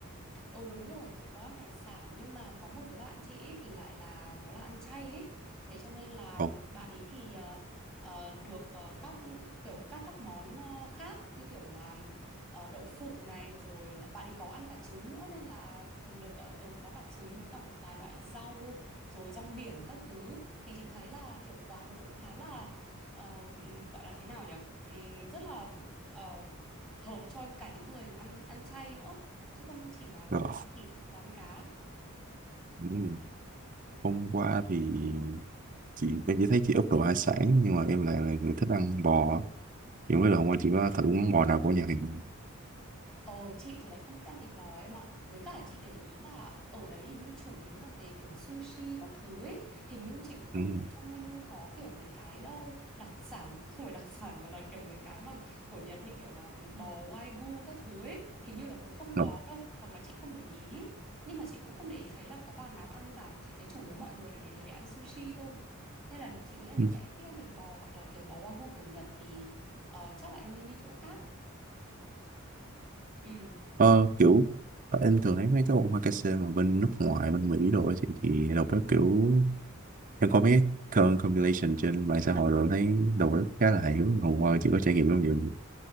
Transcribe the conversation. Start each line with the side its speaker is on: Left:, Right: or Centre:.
Centre: Ừ đúng rồi, chị có ăn hải sản nhưng mà có một đứa bạn chị ấy thì lại là nó là ăn chay ấy. Thế cho nên là
Right: ồ
Centre: bạn ấy thì ờ, ờ, được ờ, các kiểu các các món ờ, khác như kiểu là ờ, đậu phụ này rồi ờ, bạn ấy có ăn cả trứng nữa nên là được ờ, ừ, có cả trứng với cả một vài loại rau rồi rong biển các thứ thì chị thấy là kiểu quán nó cũng khá là ờ, ừm, gọi là thế nào nhỉ? Ừm, rất là ờ, hợp cho cả những người ăn ăn chay nữa chứ không chỉ là những
Right: rồi
Centre: người thịt bán cá
Right: Ừm, hôm qua thì chị em chỉ thấy chị úp đồ hải sản nhưng mà em lại là người thích ăn bò thì không biết là hôm qua chị có thử món bò nào của nhà hàng không?
Centre: Ờ, chị thì lại không thích ăn thịt bò em ạ. Với cả chị để ý là ở đấy hình như chủ yếu là về kiểu sushi các thứ ấy. Hình như chị cũng không
Right: Ừm,
Centre: thấy trong menu có kiểu mấy cái ờ, đặc sản, <laughs> không phải đặc sản mà là kiểu mấy cái mà của Nhật như kiểu là bò wagyu các thứ ấy. Hình như là cũng không có
Right: rồi.
Centre: đâu, hoặc là chị không để ý. Nhưng mà chị cũng không để ý thấy là có bàn nào ăn cả. Chị thấy chủ yếu mọi người là đến đấy để ăn sushi thôi. Nên là chị nghĩ là nếu
Right: Ừm,
Centre: mà em thích ăn thịt bò hoặc là kiểu bò wagyu kiểu Nhật thì ờ, chắc là em nên đi chỗ khác. Ừ.
Right: ờ, kiểu ờ, em thường thấy mấy cái omakase mà bên nước ngoài bên Mỹ đồ ấy thì, thì đầu bếp kiểu em có mấy cái con- compilation trên mạng xã hội rồi em thấy đầu bếp khá là hài hước hôm qua chị có trải nghiệm không vậy